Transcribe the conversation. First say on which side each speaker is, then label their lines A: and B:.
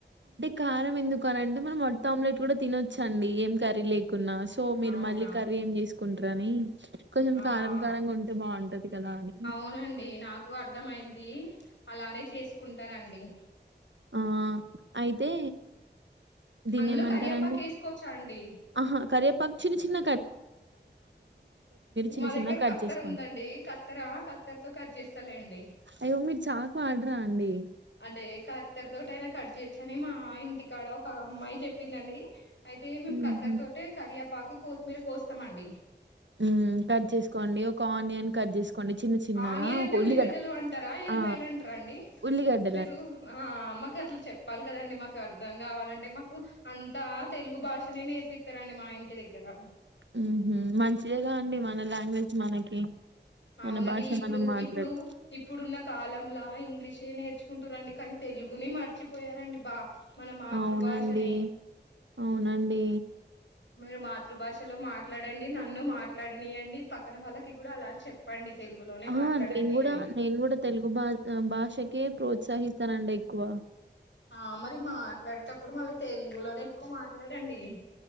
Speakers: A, on the right (about 85°); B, on the left (about 85°).
A: కారం ఎందుకు అంటే మనం మొత్త ఆమ్లెట్ కూడా తినొచ్చండి ఏం కర్రీ లే న్నా సో మీరు
B: అవునా
A: మళ్ళీ కర్రీ ఏం చేసుకుంటారని కొంచెం
B: ఆహా
A: కారం కారంంగా ఉంటే బాగుంటది కదా అని
B: అవునండి నాకు అర్థమైంది. అలానే చేసుకుంటానండి
A: ఆ అయితే దీన్నేమంటారండి?
B: అందులో కరియపాక వేసుకోవచ్చా అండి
A: అహా! కరివేపాకు చిన్న చిన్న చిన్న
B: మా
A: చిన్నగా
B: దగ్గర
A: కట్
B: కత్తర
A: చేసుకోండి.
B: ఉందండి కత్తర కత్తరతో కట్ చేస్తలే అండి
A: అయ్యో! మీరు చాకు వాడరా అండి
B: అంటే కత్తర తోట అయినా కట్ చేయచ్చ అని మా ఇంటికాడ ఒక అమ్మాయి చెప్పిందండి అయితే మేము
A: హుహు.
B: కత్తరి తోట కరియా పాకు కో మీరు కోస్తామండి
A: ఉ కట్ చేసుకోండి ఒక ఆనియన్ కట్ చేసుకోండి చిన్న చిన్నగా
B: ఆనియన్ అంటే
A: ఒక ఉల్లిగడ్డ
B: ఉల్లిగడ్డలు అంటారా ఎల్లిపాయలు
A: ఆ
B: అంటారా అండి
A: ఉల్లిగడ్డ
B: మీరు ఆ మాకు అట్లు చెప్పాలి కదండి మాకు అర్ అర్ధం కావాలంటే మాకు అంతా తెలుగు భాషనే నేర్పిస్తారండి మా ఇంటి దగ్గర
A: ఉహు మంచిదేగా అండి మన లాంగ్వేజ్ మనకి
B: అవునండి
A: మన భాష
B: ఇప్పుడు
A: మనం మాట్లాడు
B: ఇప్పుడు ఇప్పుడున్న కాలంలా ఇంగ్లీష్ నేర్చుకుంటూ రండి కానీ తెలుగుని మర్చిపోయారండి బా మన మాతృభాషని
A: అవునండి అవునండి
B: మీరు మాతృభాషలో మాట్లాడండి నన్ను మాట్లాడనియండి పక్కన వాళ్ళకి కూడా అలా చెప్పండి తెలుగులోనే
A: ఆ
B: మాట్లాడండి
A: నేన్ కూడా
B: అని
A: నేను కూడా తెలుగు బా భాషకే ప్రోత్సాహి ఇస్తానండి ఎక్కువ
B: ఆ మరి మాట్లాడేటప్పుడు మళ్ళీ తెలుగులోనే ఎక్కువ మాట్లాడండి